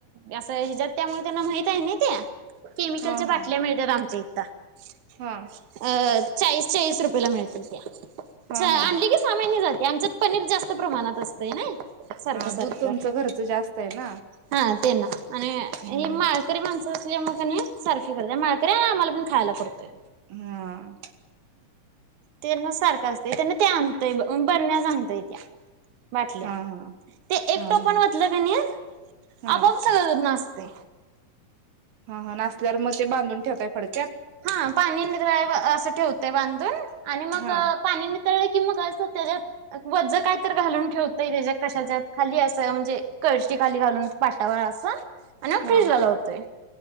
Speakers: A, on the right; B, on the right.
A: असं हेच्यात त्यामुळे त्यांना माहित हायनी ते केमिकलच्या
B: हा
A: बाटल्या
B: हा
A: मिळत्यात आमच्या <unintelligible>
B: हा
A: अ अ चाळीस चाळीस रुपयला मिळत्यात त्या.
B: हा
A: अ
B: हा
A: आणली की साहा महिने झालं यांच्यात पनीर जास्त प्रमाणात असतं. ते नाही. सारखं,
B: हा
A: सारखं,
B: दूध तुमचं घरचं जास्त आहे ना
A: हा ते ना आणि
B: हम्म
A: हे माळकरी माणसं असल्यामुळ कनी सारखी करतीया. माळकरी आणि आम्हाला पण खायाला करतोय.
B: हम.
A: तेना सारखं असत त्यांना ते आणतय बरण्याच आणतोय त्या बाटल्या
B: हा हा
A: ते एक
B: हा
A: टोपण
B: हा
A: वतलं कनि
B: हा
A: आपोआप सगळ नासतय
B: हा हा नासल्यावर मग ते बांधून ठेवताय फडक
A: हा पाणी नितळायं अ असं ठेवतोय बांधून आणि मग
B: हा
A: पाणी नितळलं की मग असं त्याच्यात वझं काय तर घालून ठेवतोय त्याच्या कशाच्या खाली असं म्हणजे कळशी खाली घालून पाटावर असं आणि मग
B: हा
A: फ्रीजला लावतोय